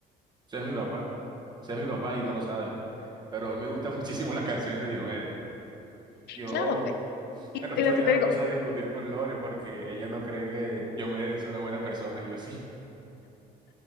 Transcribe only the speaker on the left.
Claro, eh,
y,
y lo que
te
digo,